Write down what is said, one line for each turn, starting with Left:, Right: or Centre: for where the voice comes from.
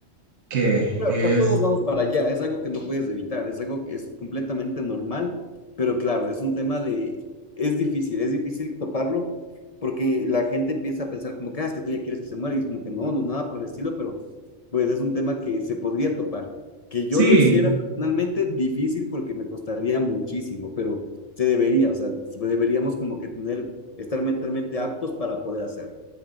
Right: que
Left: o
Right: es,
Left: sea, todos vamos para allá, es algo que no puedes evitar, es algo que es completamente normal, pero claro, es un tema de, es difícil, es difícil toparlo, porque la gente empieza a pensar como que, ah, es que tú ya quieres que se muera, y es como que no, no, nada por el estilo, pero pues es un tema que se podría topar. Que yo
Right: sí,
Left: lo hiciera personalmente, difícil porque me costaría muchísimo, pero se debería, o sea, deberíamos como que tener, estar mentalmente aptos para poder hacerlo.